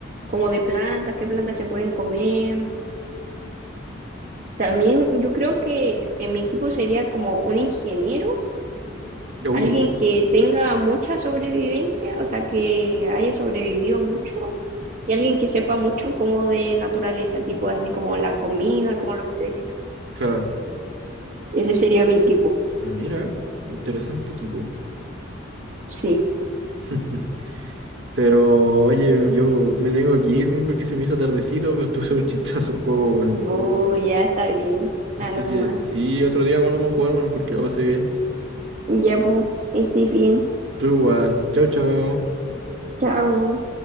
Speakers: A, on the right; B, on the right.
A: como de plantas, qué plantas se pueden comer. También yo creo que en mi equipo sería como un ingeniero,
B: Uh,
A: alguien que tenga mucha sobrevivencia, o sea, que haya sobrevivido mucho, y alguien que sepa mucho como de naturaleza, tipo así como la comida, como lo que te decía.
B: claro.
A: Ese sería mi equipo,
B: Mira, interesante equipo.
A: sí.
B: <laughs> Pero, oye, yo me tengo que ir weón, porque se me hizo tardecito, pero estuvo súper chistoso el juego, weón.
A: Bu, ya está bien.
B: Así
A: Anda nomás.
B: que sí, otro día volvemos a jugar, weón, porque la pasé bien.
A: Ya, bu, que estés bien.
B: Tú igual. Chao, chao.
A: Chao.